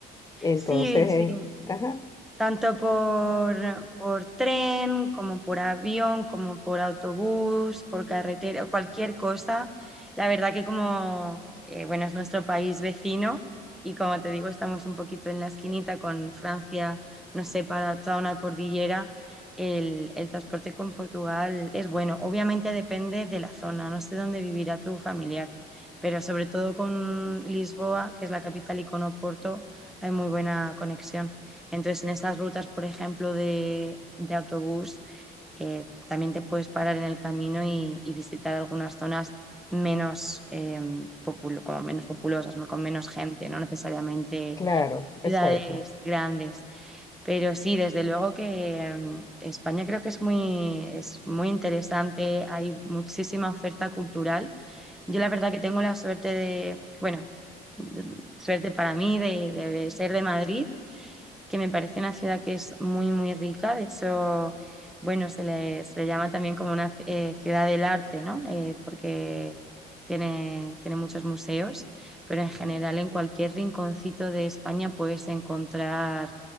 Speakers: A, on the left; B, in the centre.
A: Entonces,
B: Sí, sí.
A: eh, ajá,
B: tanto por, por tren, como por avión, como por autobús, por carretera, cualquier cosa. La verdad que como, eh, bueno, es nuestro país vecino y como te digo, estamos un poquito en la esquinita con Francia, nos separa toda una cordillera. El, el transporte con Portugal es bueno. Obviamente depende de la zona, no sé dónde vivirá tu familiar, pero sobre todo con Lisboa, que es la capital, y con Oporto, hay muy buena conexión. Entonces, en estas rutas, por ejemplo, de, de autobús, eh, también te puedes parar en el camino y, y visitar algunas zonas menos, eh, popul- como menos populosas, ¿no? con menos gente, no necesariamente
A: claro,
B: ciudades
A: exacto,
B: grandes. Pero sí, desde luego que mm, España creo que es muy, es muy interesante, hay muchísima oferta cultural. Yo la verdad que tengo la suerte de, bueno, mm, suerte para mí de, de ser de Madrid que me parece una ciudad que es muy, muy rica. De hecho, bueno, se le, se le llama también como una eh, ciudad del arte, ¿no? Eh, porque tiene, tiene muchos museos, pero en general en cualquier rinconcito de España puedes encontrar